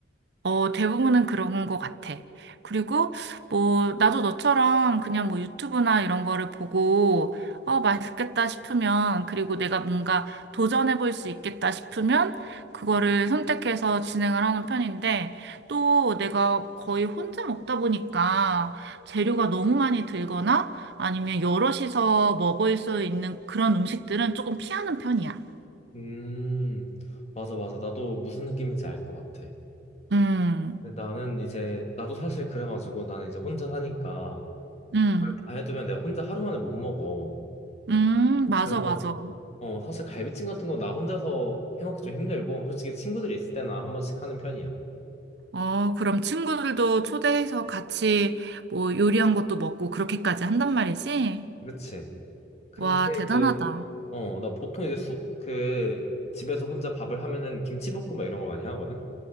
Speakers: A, on the right (about 60°); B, on the left (about 35°).
A: 어, 대부분은 그런 것 같아. 그리고 뭐 나도 너처럼 그냥 뭐 유튜브나 이런 거를 보고 어, 맛있겠다 싶으면 그리고 내가 뭔가 도전해 볼 수 있겠다 싶으면 그거를 선택해서 진행을 하는 편인데 또 내가 거의 혼자 먹다 보니까 재료가 너무 많이 들거나 아니면 여럿이서 먹을 수 있는 그런 음식들은 조금 피하는 편이야.
B: 음, 맞아, 맞아. 나도 무슨 느낌인지 알 것 같아.
A: 음,
B: 근데 나는 이제, 나도 사실 그래가지고 나는 이제 혼자 사니까
A: 음,
B: 그걸 다 해두면 내가 혼자 하루 만에 못 먹어.
A: 음, 맞아,
B: 그래서,
A: 맞아.
B: 어, 사실 갈비찜 같은 거 나 혼자서 해먹기 좀 힘들고, 솔직히 친구들이 있을 때나 한 번씩 하는 편이야.
A: 어, 그럼 친구들도 초대해서 같이 뭐 요리한 것도 먹고 그렇게까지 한단 말이지?
B: 그치? 근데
A: 와, 대단하다.
B: 이제 어, 나 보통 이제 수, 그, 집에서 혼자 밥을 하면은 김치볶음밥 이런 거 많이 하거든?